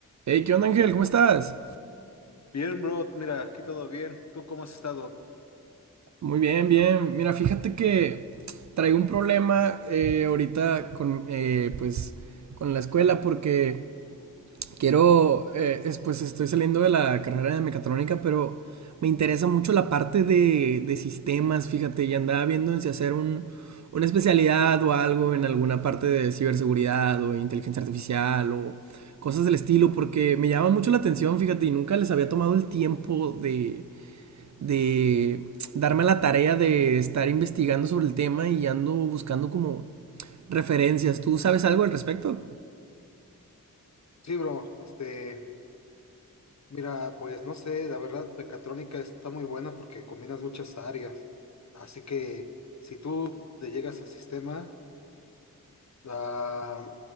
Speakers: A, on the right (about 55°); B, on the left (about 55°).
A: Hey, ¿qué onda, Ángel? ¿Cómo estás?
B: Bien, bro, mira, aquí todo bien. ¿Tú cómo has estado?
A: Muy bien, bien. Mira, fíjate que traigo un problema eh, ahorita con, eh, pues, con la escuela porque quiero, eh, es- pues estoy saliendo de la carrera de mecatrónica, pero me interesa mucho la parte de, de sistemas, fíjate, y andaba viendo en si hacer un, una especialidad o algo en alguna parte de ciberseguridad o inteligencia artificial o cosas del estilo, porque me llama mucho la atención, fíjate, y nunca les había tomado el tiempo de de darme la tarea de estar investigando sobre el tema y ando buscando como referencias. ¿Tú sabes algo al respecto?
B: Sí, bro, este, mira, pues no sé, la verdad, Pecatrónica está muy buena porque combinas muchas áreas. Así que si tú te llegas a sistema, la,